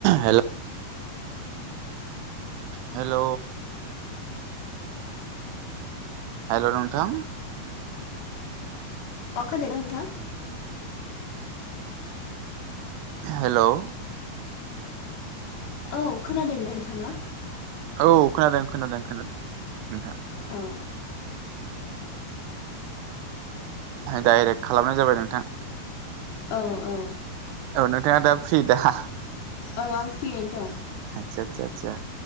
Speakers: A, on the right; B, on the left.
A: हेल' हेल'
B: <inaudible>
A: हेल' नोंथां
B: <unintelligible> ना नोंथां?
A: हेलौ
B: औ खोनादोंना नोंथाङा?
A: औ खोनादों खोनादों खोनादों नोंथां।
B: औ
A: डाइरेक्ट खालामनाय जाबाय नोंथां।
B: औ औ
A: औ नोंथाङा दा फ्रि दा?
B: ओ आं फ्रियैनो दं।
A: आतसा आतसा आतसा।